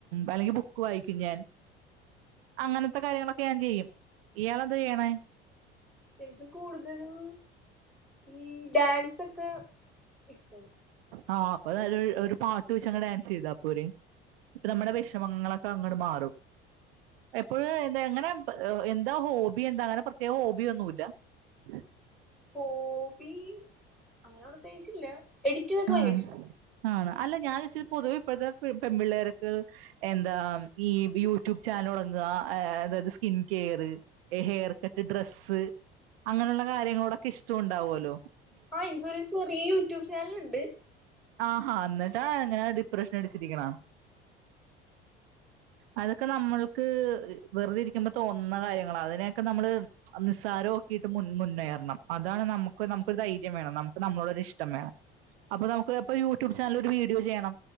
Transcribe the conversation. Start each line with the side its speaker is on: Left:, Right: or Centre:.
Right: അല്ലെങ്കിൽ ബുക്ക് വായിക്കും ഞാൻ അങ്ങനത്തെ കാര്യങ്ങളൊക്കെ ഞാൻ ചെയ്യും ഇയാളെന്താ ചെയ്യണെ
Centre: എനിക്ക് കൂടുതലും ഈ ഡാൻസൊക്കെ ഇഷ്ട്ടാ
Right: ആഹ് അപ്പന്നല്ലോര് ഒര് പാട്ട് വെച്ചങ്ങ് ഡാൻസെയ്താ പോരേ അപ്പ ന്നമ്മടെ വെഷമങ്ങളൊക അങ്ങട് മാറും എപ്പോഴ എന്താ എങ്ങനെ എന്താ ഹോബി എന്താ അങ്ങനെ പ്രത്യേക ഹോബിയൊന്നുല്ല <unintelligible>
Centre: ഹോബി അങ്ങനെ പ്രത്യേകിച്ചില്ല എഡിറ്റിംഗൊക്കെ ഭയങ്കര
Right: ആഹ്
Centre: ഇഷ്ടാ
Right: ആണ അല്ല ഞാൻ ചോയ്ച്ച് പൊതുവെ ഇപ്പഴ്ത്തെ പെമ്പിള്ളേര്ക്ക് എന്താ ഈ യൂട്യൂബ് ചാനലൊടങ്ങാ താ ഏ അതായത് skin care hair cut dress അങ്ങനെയുള്ള കാര്യങ്ങളോടൊക്കെ ഇഷ്ട്ടോണ്ടാവുല്ലോ
Centre: ആഹ് എനിക്കൊരു ചെറിയ യൂട്യൂബ് ചാനൽ ഉണ്ട്
Right: ആഹാ എന്നിട്ടാ അങ്ങനെ ഡിപ്രഷൻ അടിച്ചിരിക്ക്ണേ അതൊക്കെ ന്നമ്മൾക്ക് വെറുതെ ഇരിക്കുമ്പോ തോന്നുന്ന കാര്യങ്ങള അതിനെയൊക്കെ നമ്മള് നിസ്സാരോ കിട്ട് മുന്നേറണം അതാണ് നമ്മക്ക് നമ്മക്ക് ഒരു ധൈര്യം വേണം നമുക്ക് നമ്മളോടൊ ഒരു ഇഷ്ടം വേണം അപ്പന്നമുക്ക് അപ്പ യൂട്യൂബ് ചാനല് ഒരു വീഡിയോ ചെയ്യണം